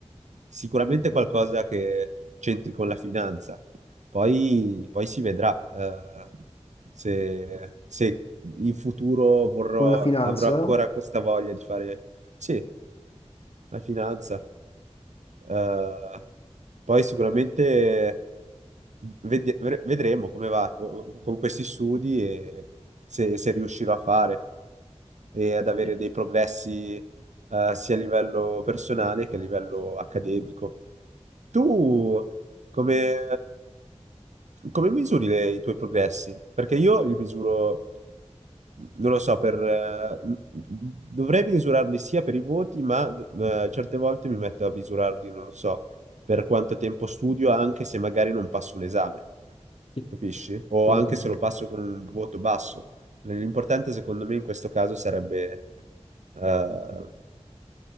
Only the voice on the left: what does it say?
Mhm.
con la finanza?
Sì,
sì.
Assolutamente.